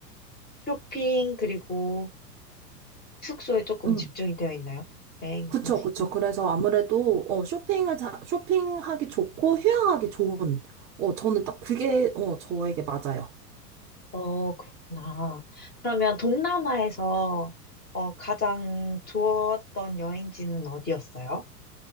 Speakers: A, on the left; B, on the right.
A: 쇼핑 그리고 숙소에 조금
B: 응.
A: 집중이 되어 있나요? 여행
B: 그쵸,
A: 방식이.
B: 그쵸. 그래서 아무래도, 어, 쇼핑을, 자, 쇼핑하기 좋고, 휴양하기 좋은, 어, 저는 딱 그게, 어, 저에게 맞아요.
A: 어, 그렇구나. 그러면 동남아에서 어, 가장 좋았던 여행지는 어디였어요?